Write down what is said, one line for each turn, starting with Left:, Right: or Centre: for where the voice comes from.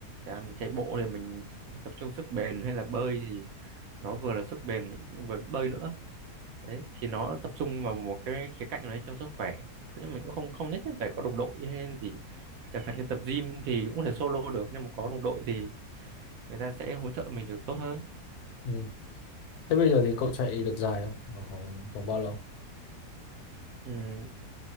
Right: chẳng chạy bộ thì mình tập trung sức bền hay là bơi thì nó vừa là sức bền mình cũng vừa bơi nữa đấy thì nó tập trung vào một cái khía cạnh đấy trong sức khỏe Có nhưng mình cũng không không nhất thiết phải có đồng đội hay gì chẳng hạn như tập gym thì cũng có thể solo được nhưng mà có đồng đội thì người ta sẽ hỗ trợ mình được tốt hơn
Left: ừ. thế bây giờ thì cậu chạy được dài không Khoảng khoảng, khoảng bao lâu
Right: ừ,